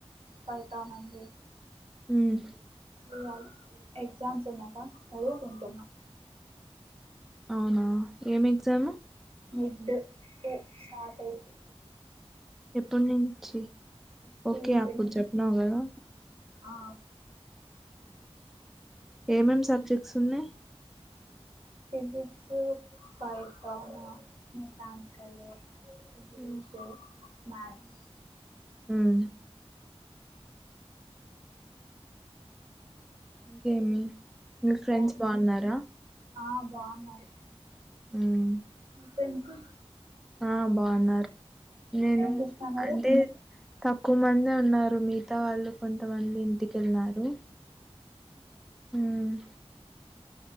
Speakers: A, on the right; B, in the centre.
A: పైథోన్ ఉంది
B: హ్మ్మ్
A: చేూయాలి ఎగ్జామ్స్ ఉన్నాక చదువుకుంటున్నా
B: అవునా ఏం ఎగ్జాము
A: మిడ్ టూస్టార్ట్ అయిపో
B: ఎప్పుడు నుంచి
A: సిక్స్టీన్త్
B: ఓకే అప్పుడు
A: నుంచి
B: చెప్పినవు కదా
A: ఆ
B: ఏమేం సబ్జెక్ట్స్ ఉన్నాయి
A: ఫిజిక్స్ పైథాన్ బొటానికల్ ఇంగ్లీష్
B: ఉమ్.
A: మ్యాథ్స్
B: ఉమ్. ఇంకేమి మీ
A: ఇంకా
B: ఫ్రెండ్స్ బాగున్నారా
A: ఆ బాగున్నారు
B: హ్మ్మ్
A: మీ ఫ్రెండ్స్
B: ఆ బాగున్నారు నేను
A: ఏం చేస్తున్నారు
B: అంటే తక్కువ మంది ఉన్నారు మిగతా వాళ్ళు కొంతమంది ఇంటికెల్లి న్నారు హ్మ్మ్